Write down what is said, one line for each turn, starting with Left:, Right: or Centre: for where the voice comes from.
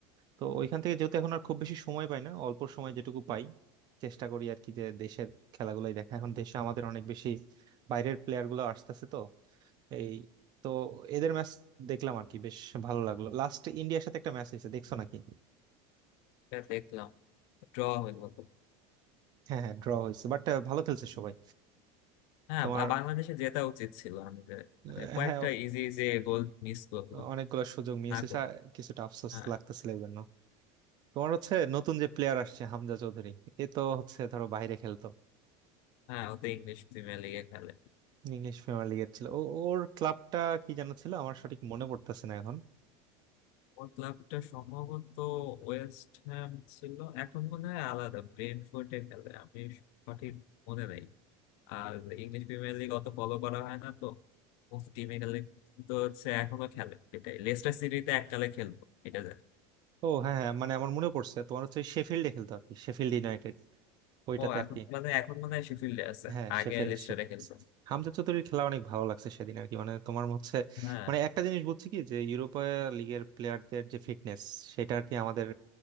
Right: তো ওইখান থেকে যেহেতু এখন আর খুব বেশি সময় পাই না অল্প সময় যেটুকু পাই চেষ্টা করি আর কি যে দেশের খেলাগুলোই দেখা এখন দেশে আমাদের অনেক বেশি বাইরের প্লেয়ার গুলো আসতেছে তো এই তো এদের ম্যাচ দেখলাম আর কি বেশ ভালো লাগলো লাস্ট ইন্ডিয়ার সাথে একটা ম্যাচ হয়েছে দেখছো নাকি
Left: এটা দেখলাম ড্র হইলো তো
Right: হ্যাঁ হ্যাঁ ড্র হয়েছে বাট ভালো খেলছে সবাই
Left: হ্যাঁ
Right: তোমার
Left: বা- বাংলাদেশে জেতা উচিত ছিল আমি যে
Right: আহ,
Left: মানে কয়েকটা
Right: হ্যাঁ
Left: ইজি ইজি গোল মিস করলো
Right: অনেকগুলো সুযোগ মিস
Left: না
Right: হয়েছে
Left: করলো
Right: আর কিছুটা আফসোস
Left: হ্যাঁ
Right: লাগতেছিল এই জন্য তোমার হচ্ছে নতুন যে প্লেয়ার আসছে হামজা চৌধুরী এ তো হচ্ছে ধরো বাইরে খেলতো
Left: হ্যাঁ ওতে ইংলিশ প্রিমিয়ার লিগে খেলে
Right: ইংলিশ প্রিমিয়ার লিগের ছিল ও ওর ক্লাবটা কি জানো ছিল আমার সঠিক মনে পড়তেছে না এখন
Left: ওর ক্লাবটা সম্ভবত ওয়েস্ট হ্যাম ছিল এখন মনে হয় আলাদা ব্রেন্টফোর্ডে খেলে আমি সঠিক মনে নাই আর ইংলিশ প্রিমিয়ার লিগ অত ফলো করা হয় না তো টিমে খেলে তো হচ্ছে এখনো খেলে এটাই লেস্টার সিটিতে এককালে খেলতো এটা জানি
Right: ও হ্যাঁ হ্যাঁ মানে আমার মনে পড়ছে তোমার হচ্ছে শেফিল্ডে খেলতো আর কি শেফিল্ড ইউনাইটেড ওইটাতে
Left: ও এখন
Right: আর কি
Left: মানে এখন মনে হয় শেফিল্ডে আছে
Right: হ্যাঁ
Left: আগে
Right: শেফে
Left: লেস্টারে
Right: শেফ
Left: খেলতো
Right: হামজা চৌধুরীর খেলা অনেক ভালো লাগছে সেদিন আর কি মানে তোমার হচ্ছে
Left: হ্যাঁ
Right: মানে একটা জিনিস বুঝছি কি যে ইউরোপা লিগের প্লেয়ারদের যে ফিটনেস সেটা আর কি আমাদের